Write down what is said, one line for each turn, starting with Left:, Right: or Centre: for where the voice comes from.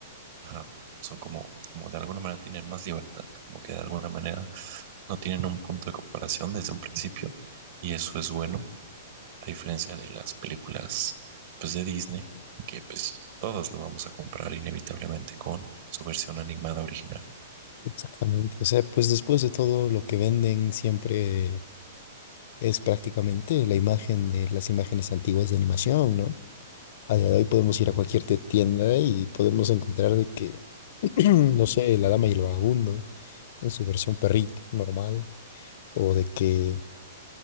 Right: Ajá, son como, como de alguna manera tienen más libertad, como que de alguna manera no tienen un punto de comparación desde un principio y eso es bueno, a diferencia de las películas pues de Disney, que pues todos lo vamos a comprar inevitablemente con su versión animada original.
Left: Exactamente. O sea, pues después de todo lo que venden siempre es prácticamente la imagen de las imágenes antiguas de animación, ¿no? A día de hoy podemos ir a cualquier te- tienda y podemos encontrar de que, <clears throat> no sé, La Dama y el Vagabundo en su versión perrito normal, o de que